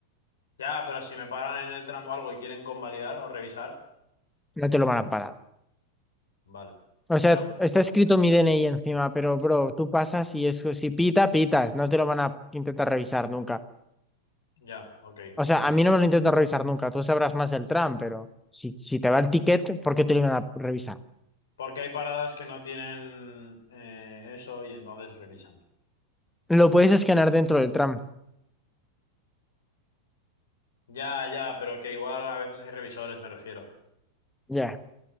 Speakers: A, on the left (about 65°); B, in the centre.
A: Ya, pero si me paran en el tramo o algo y quieren convalidar o revisar,
B: No te lo van a parar.
A: vale.
B: O
A: Ya,
B: sea, está
A: ah,
B: escrito mi DNI encima, pero bro, tú pasas y eso, si pita, pitas, no te lo van a intentar revisar nunca.
A: ya, ok,
B: O sea,
A: vale.
B: a mí no me lo intentan revisar nunca, tú sabrás más del tram, pero si, si te va el ticket, ¿por qué te lo van a revisar?
A: Porque hay paradas que no tienen eh, eso y entonces revisan.
B: Lo puedes escanear dentro del tram.
A: Ya, ya, pero que igual a veces hay revisores, me refiero.
B: Ya,